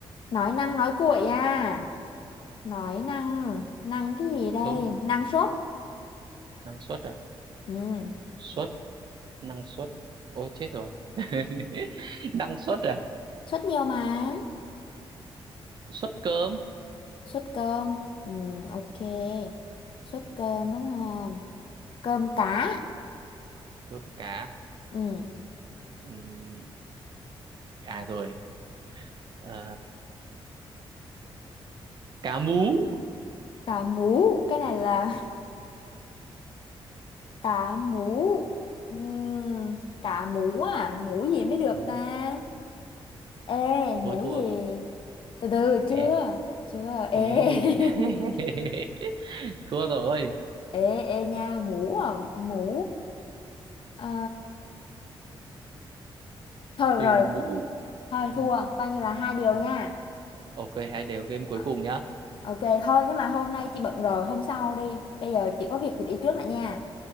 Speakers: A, on the left (about 60°); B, on the right (about 50°).
A: nói năng nói cuội à nói năng năng cái gì đây
B: không
A: năng suất
B: năng suất à
A: ừ.
B: suất năng suất ôi chết rồi <laughs> năng suất à
A: suất nhiều mà
B: suất cơm
A: suất cơm ừ, ok suất cơm đúng không cơm cá
B: cơm cá
A: ừ.
B: Ừm, à rồi Ờ, cá mú
A: cá mú cái này là Cá mú Ừm, Cá mú à Mú gì mới được
B: đúng
A: ta
B: rồi.
A: Ê
B: thôi
A: mú
B: thua
A: gì
B: rồi.
A: Từ từ
B: ê,
A: chưa Chưa Ê
B: ê.
A: <laughs>
B: <laughs> thua rồi
A: Ê ê nha mú à Mú Ờ, Thôi được
B: từ
A: rồi
B: mũ
A: Thôi
B: ừ,
A: thua Coi như là hai điều
B: thua
A: nha
B: ok hai đều game cuối
A: Ờ,
B: cùng nhá
A: Ok thôi nhưng mà hôm nay chị bận rồi Hôm sau đi Bây giờ chị có việc thì đi trước lại nha